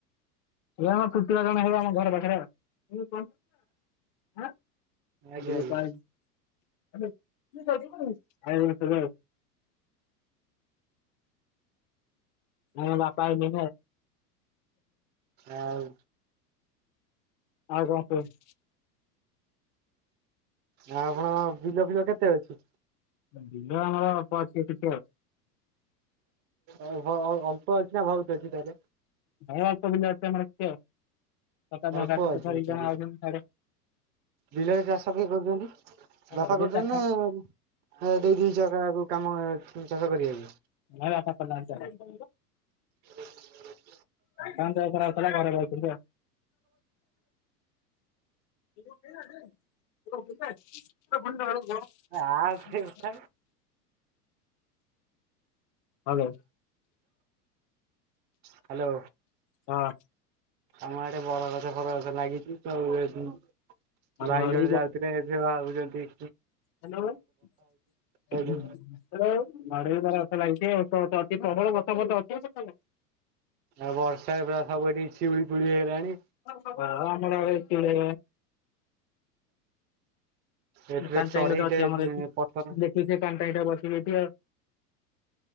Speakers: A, on the left (about 40°); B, on the right (about 25°).
A: ଇଏ ଆମ ପୁତୁରା ଜଣ ହେବେ ଆମ ଘର ପାଖରେ ଆଉ। ବ କ ଆ <unintelligible>
B: ଆଜ୍ଞା ଆଜ୍ଞା।
A: ହଜ <unintelligible> ଆ ବାପା ଆଇଲେ
B: ଆଉ
A: ଆଉ କଣ କୁହ।
B: ଆ ଆପଣ ବିଲ ଫିଲ କେତେ ଅଛି?
A: ବିଲ ଆମର ଅଳ୍ପ ଅଛି ଟିକେ।
B: ଅଳ୍ପ ଅଛି ନା ବହୁତ ଅଛି ତାହେଲେ
A: ଭାଇବ ଯ ମ କେ ସତ ଭଙ୍ଗାଟ
B: ଅଳ୍ପ ଅଛି
A: ତ ଧାର
B: ତାହେଲେ।
A: ଜଣ ଅ ସା <unintelligible>
B: ବିଲରେ ଚାଷ କିଏ କରୁଛନ୍ତି ବପା
A: ବିଲ
B: କରୁଛନ୍ତି
A: ଚାଷ
B: ନା ଆ ଦେଇଦେଇଛ କହାକୁ କାମ ଚାଷ କରିବାକୁ।
A: ମ ଆପ <unintelligible>
B: ହ
A: ଦୋକାନରେ ଆପଣ ଅଛ ନାଁ ରହୁଛନ୍ତି ଆଉ? <inaudible> ତ ଫୁଣି ଡାଆଳୁ କଣ?
B: ଆ ସେ କଥା
A: ହାଲୋ।
B: ହ୍ୟାଲୋ
A: ହଁ।
B: ଆମ ଆଡ଼େ ବର ଗଛ ଫର ଗଛ ଲାଗିଚି ତ ଏ ଭାଇ
A: ଆମ ଆଡେ
B: ଜଣେ ଯାଉଥୁଲେ ହେ ଯେ ଭାବୁଚନ୍ତି
A: ହଲୋ ଉଁହୁଁ
B: କହିଲୁ
A: ହାଲୋ। ନଡ଼େଇବା ରସ ଲାଗିଚି ଓସ୍ତ ଗଛ ଅଛି ପ୍ରବଳ ଗଛ ଫଛ ଅଛି।
B: ଆ ବର୍ଷା ଏବେ ଆ ସବୁ ଏଠି ଶିଉଳି ଫିଉଳି ହେଇଅଲାଣି।
A: ହଁ ଆମର ଆଡ଼େ ସିଏ
B: ଏଥିରେ
A: ପାଣି
B: ଚଢେଇଟେ
A: ଟାଙ୍କି ଗୋଟେ ଅଛି ଆମର ଏଠି
B: ପଥର
A: ଦେଖିଉ ସେ ପାନ୍ ପ୍ରାଏ ଟା ବସିବି ଏଠି ଆଉ।